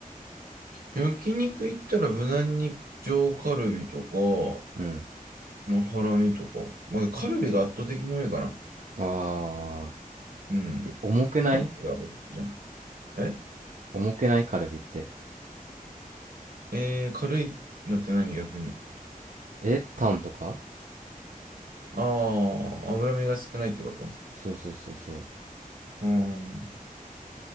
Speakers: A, on the right; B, on the right.
A: 焼肉行ったら無難に上カルビとか、
B: うん。
A: まあ、ハラミとか。まあ、カルビが圧倒的に多いかな。
B: あ
A: うん。
B: ー、え重くない
A: カルビが多いじゃん。え
B: 重くないカルビって。
A: えー、軽いのって何逆に。
B: え、タンとか
A: ああ、脂身が少ないってこと
B: そうそうそうそう。
A: うん。